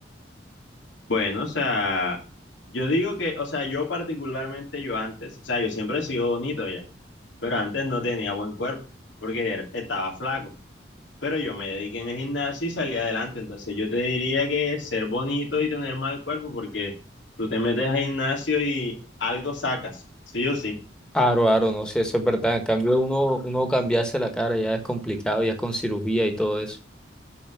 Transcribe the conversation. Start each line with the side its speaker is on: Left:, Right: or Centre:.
Left: Bueno, o sea, yo digo que, o sea, yo particularmente, yo antes, o sea, yo siempre he sido bonito ya, pero antes no tenía buen cuerpo porque era- estaba flaco. pero yo me dediqué en el gimnasio y salí adelante. Entonces yo te diría que ser bonito y tener mal cuerpo, porque tú te metes al gimnasio y algo sacas, sí o sí,
Centre: Aro, aro, no sé, eso es verdad. En cambio, uno, uno cambiarse la cara ya es complicado, ya es con cirugía y todo eso.